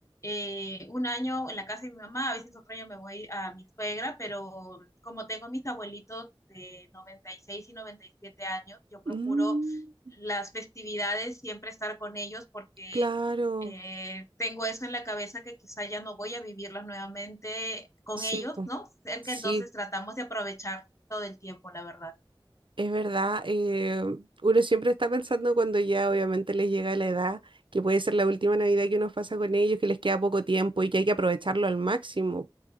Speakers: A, on the left; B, on the right.
A: Eh, un año en la casa de mi mamá, a veces otro año me voy a mi suegra, pero como tengo mis abuelitos de noventa y seis y y noventa y siete años, yo procuro
B: Mm,
A: las festividades siempre estar con ellos porque
B: claro,
A: eh, tengo eso en la cabeza que quizá ya no voy a vivirlas nuevamente con
B: sí,
A: ellos,
B: po,
A: ¿no? Cerca,
B: sí,
A: entonces tratamos de aprovechar todo el tiempo, la verdad.
B: es verdad. eh, uno siempre está pensando cuando ya obviamente les llega la edad, que puede ser la última Navidad que uno pasa con ellos, que les queda poco tiempo y que hay que aprovecharlo al máximo.